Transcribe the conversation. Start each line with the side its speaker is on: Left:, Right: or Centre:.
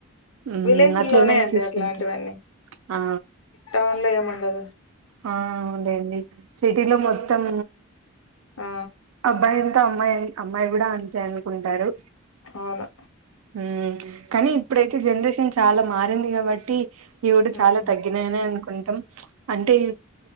Right: ఉమ్
Left: విలేజ్ల్లోనే
Right: అట్లా ఏమైనా
Left: అండి
Right: చూస్తుంటే
Left: అట్లాంటివన్నీ
Right: ఆ
Left: టౌన్ లో ఏముండదు.
Right: ఆ అవును లేండి సిటీలో మొత్తం
Left: ఆ
Right: అబ్బాయి ఎం త అమ్మాయి అమ్మాయి కూడా అంతే అనుకుంటారు.
Left: అవును
Right: ఉమ్ కానీ ఇప్పుడైతే జనరేషన్ చాలా మారింది కాబట్టి. ఇవి కూడా
Left: మ్మ్
Right: చాలా తగ్గినాయనే అనుకుంటాం అంటే